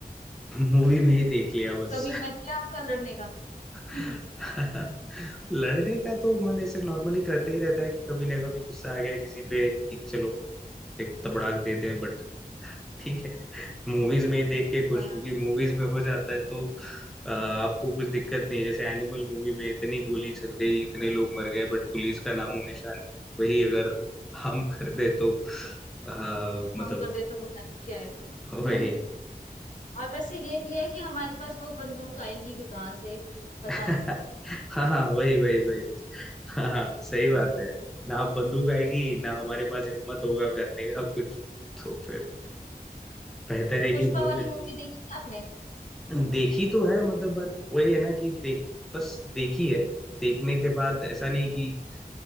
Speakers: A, in the centre; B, on the left.
A: मूवी में ही देख लिया बस
B: कभी मन किया आपका लड़ने का
A: <laughs>
B: <laughs>
A: लड़ने का तो मन ऐसे नॉर्मली करते ही रहता है कि कभी ना कभी गुस्सा आ गया किसी पे कि चलो एक तबड़ाक देते हैं बट ठीक है मूवीज में ही देख के खुश
B: हाँ
A: क्योंकि मूवीज में हो जाता है तो अ, आपको कुछ दिक्कत नहीं जैसे एनिमल मूवी में इतनी गोली चल गई इतने लोग मर गए बट पुलिस का नामो निशान नहीं। वही अगर हम कर दे तो अ, मतलब
B: हम कर दे तो पता नहीं क्या है
A: वही
B: हम्म और वैसे ये भी है कि हमारे पास वो बंदूक आएंगी भी कहाँ से पता
A: हाँ
B: नहीं
A: हाँ वही वही वही हाँ हाँ सही
B: हाँ
A: बात है ना बंदूक आएगी ना हमारे पास हिम्मत होगा करने का कुछ तो फिर बेहतर है
B: पुष्पा
A: कि मूवी
B: वाली मूवी देखी है आपने
A: देखी तो है मतलब बात वही है ना कि देख बस देखी है देखने के बाद ऐसा नहीं कि